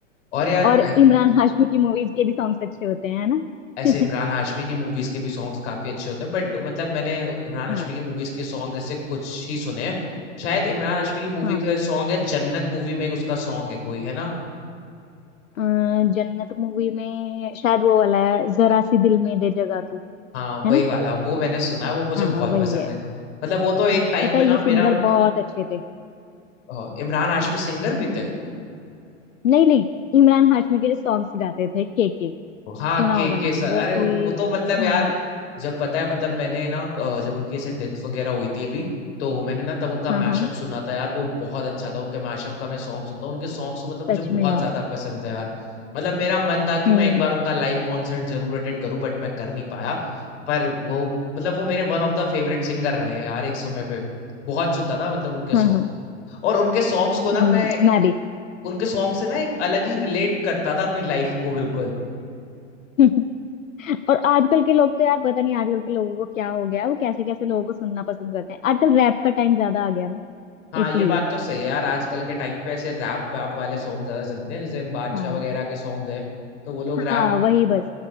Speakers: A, on the left (about 60°); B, on the left (about 85°).
A: और यार
B: और
A: ए-
B: इमरान हाशमी की मूवीज के भी सॉन्ग्स अच्छे होते हैं है ना
A: ऐसे इमरान
B: <laughs>
A: हाशमी की मूवीज के भी सॉन्ग्स काफी अच्छे होते हैं बट मतलब मैंने इमरान हाशमी
B: हाँ
A: की मूवीज के सॉन्ग जैसे कुछ ही सुने हैं शायद इमरान हाशमी की मूवी
B: हाँ
A: का सॉन्ग है जन्नत मूवी में एक उसका सॉन्ग है कोई है ना
B: अ, जन्नत मूवी में शायद वो वाला है जरा सी दिल में दे जगह तू
A: हाँ
B: है
A: वही
B: ना
A: वाला वो मैंने सुना है वो मुझे
B: हाँ
A: बहुत
B: वही
A: पसंद
B: है
A: है मतलब वो तो एक टाइम
B: पता
A: पे
B: है
A: ना
B: ये
A: मेरा
B: सिंगर बहुत अच्छे थे
A: अ, इमरान हाशमी सिंगर भी थे
B: नहीं नहीं इमरान हाशमी के जो सॉन्ग्स गाते थे के के
A: हाँ
B: सुना
A: के
B: होगा
A: के
B: नाम
A: सर
B: वो
A: अरे
B: भी
A: उन वो तो मतलब यार
B: हाँ
A: जब पता है मतलब मैंने ना अ, जब उनकी ऐसे डेथ वगैरह हुई थी अभी तो मैंने ना तब उनका
B: हाँ
A: मैशअप
B: हाँ
A: सुना था यार वो बहुत अच्छा था उनके मैशअप का मैं सॉन्ग सुनता हूँ उनके सॉन्ग्स तो मतलब मुझे
B: सच
A: बहुत
B: में यार
A: ज्यादा पसंद है यार मतलब मेरा मन था कि
B: हम्म
A: मैं एक बार उनका लाइव कॉन्सर्ट जरूर अटेंड करूँ बट मैं कर नहीं पाया पर वो मतलब वो मेरे one of the favourite singer रहे हैं यार एक समय पे बहुत सुनता था मतलब उनके
B: हाँ
A: सॉन्ग
B: हाँ
A: और उनके सॉन्ग्स को ना
B: हम्म
A: मैं
B: मैं भी
A: उनके सॉन्ग से ना एक अलग ही रिलेट करता था अपनी लाइफ को बिल्कुल
B: <laughs> और आजकल के लोग तो यार पता नहीं आजकल के लोगों को क्या हो गया है, वो कैसे कैसे लोगों को सुनना पसंद करते हैं आजकल रैप का टाइम ज्यादा आ गया ना
A: हाँ
B: इसलिए
A: ये बात तो सही है यार आजकल के टाइम पे ऐसे रैप वैप वाले सॉन्ग ज्यादा चलते हैं जैसे बादशाह
B: हाँ
A: वगैरह के सॉन्ग हैं तो वो लोग
B: हाँ
A: रैप
B: वही बस